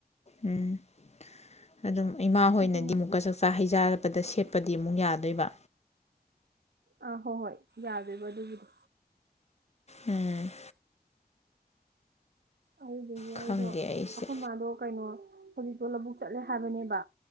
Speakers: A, on the left (about 40°); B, on the right (about 80°).
A: ꯎꯝ ꯑꯗꯨꯝ ꯏꯃꯥ ꯍꯣꯏꯅꯗꯤ
B: ꯑꯗꯨꯅ
A: ꯑꯃꯨꯛꯀ ꯆꯥꯛꯆꯥ ꯍꯩꯖꯥ ꯆꯠꯄꯗ ꯁꯦꯠꯄꯗꯤ ꯑꯃꯨꯛ ꯌꯥꯗꯣꯏꯕ
B: ꯑꯥ ꯍꯣꯏ ꯍꯣꯏ ꯌꯥꯗꯩꯕ ꯑꯗꯨꯒꯤꯗꯣ
A: ꯎꯝ
B: ꯑꯗꯨꯗꯒꯤ
A: ꯈꯪꯗꯦ
B: ꯑꯩꯗꯣ
A: ꯑꯩꯁꯦ
B: ꯑꯈꯣꯏ ꯃꯥꯗꯣ ꯀꯩꯅꯣ ꯍꯧꯖꯤꯛꯇꯣ ꯂꯧꯕꯨꯛ ꯆꯠꯂꯦ ꯍꯥꯏꯕꯅꯦꯕ